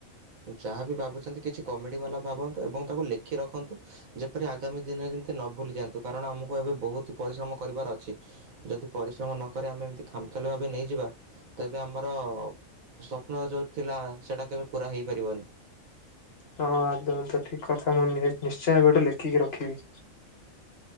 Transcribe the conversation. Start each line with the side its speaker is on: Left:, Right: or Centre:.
Right: ଯାହା ବିି ଭାବୁଛନ୍ତି କିଛି କମେଡି ବାଲା ଭାବନ୍ତୁ ଏବଂ ତାକୁ ଲେଖି ରଖନ୍ତୁ ଯେପରି ଆଗାମୀ ଦିନରେ ଯେମିତି ନ ଭୁଲି ଯାଆନ୍ତୁ କାରଣ ଆମକୁ ଏବେ ବହୁତ ପରିଶ୍ରମ କରିବାର ଅଛି ଯଦି ପରିଶ୍ରମ ନକରି ଆମେ ଏମିତି ଖାମଖିଆଲି ଭାବେ ନେଇଯିବା ତ ଏବେ ଆମର ସ୍ୱପ୍ନ ଯୋଉ ଥିଲା ସେଟା କେବେ ପୁରା ହେଇ ପାରିିବନି।
Left: ହଁ ଆଦମ ତ ଠିକ କଥା ମୁଁ ନିଶ୍ଚୟ ଏବେଠୁ ଲେଖିକି ରଖିବି।